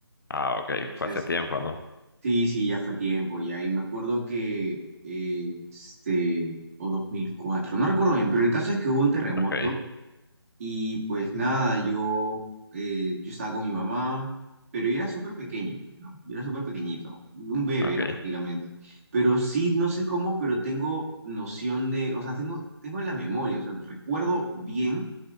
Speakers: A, on the left; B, on the right.
A: ah, ok.
B: Entonces,
A: Fue hace tiempo, ¿no?
B: sí, sí, ya fue tiempo, ya. Y me acuerdo que, eh, este, o 2004 no recuerdo bien, pero el caso es que hubo un terremoto
A: Ok,
B: y pues nada, yo, eh, yo estaba con mi mamá, pero yo era súper pequeño, pues, ¿no? Yo era súper pequeñito, un bebé
A: ok,
B: era prácticamente. Pero sí, no sé cómo, pero tengo noción de, o sea, tengo, tengo la memoria, o sea, recuerdo bien